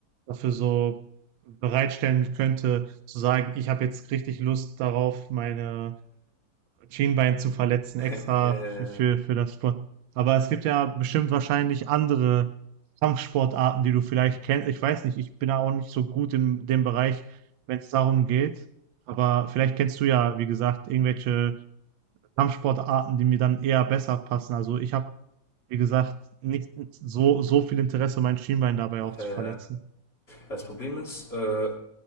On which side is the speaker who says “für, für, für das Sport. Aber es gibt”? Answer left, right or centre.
Right